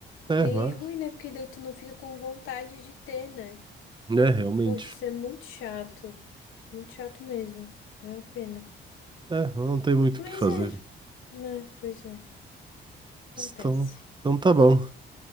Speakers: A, on the right; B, on the left.
A: É,
B: Aí
A: mas,
B: é ruim, né? Porque daí tu não fica com vontade de ter, né?
A: né, realmente.
B: Poxa, isso é muito chato. Muito chato mesmo. É uma pena.
A: É, não tem muito
B: Mas
A: o que fazer.
B: é, né? Pois é, acontece.
A: Então, então tá bom.